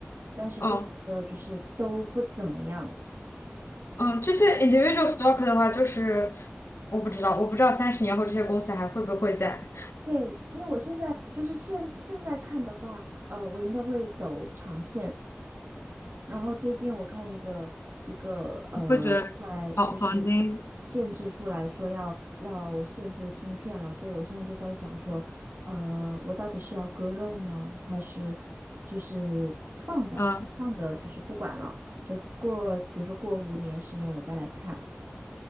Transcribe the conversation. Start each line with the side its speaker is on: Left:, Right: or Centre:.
Right: 但是这几个就是都不怎么样。
Left: 嗯。嗯，这些 individual stock 的话，就是我不知道，我不知道三十年后这些公司还会不会在。
Right: 对，因为我现在就是现现在看的话，呃，我应该会走长线。然后最近我看一个一个呃，
Left: 你会觉得黄黄金，
Right: 出来就是限制出来说要要限制芯片了，所以我现在就在想说，呃，我到底是要割肉呢，还是就是放着放着就是不管了，
Left: 嗯，
Right: 就过比如说过五年十年我再来看。